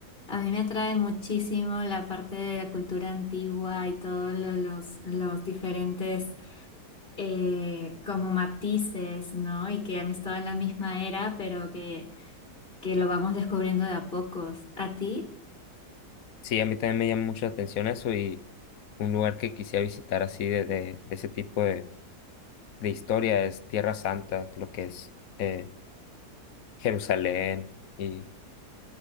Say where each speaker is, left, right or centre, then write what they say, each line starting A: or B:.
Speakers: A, on the left; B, on the left.
A: A mí me atrae muchísimo la parte de la cultura antigua y todos lo- los, los diferentes eh, como matices, ¿no? Y que han estado en la misma era, pero que, que lo vamos descubriendo de a pocos. ¿A ti?
B: Sí, a mí también me llama mucho la atención eso y un lugar que quisiera visitar así de, de, de ese tipo de, de historia es Tierra Santa, lo que es eh, Jerusalén y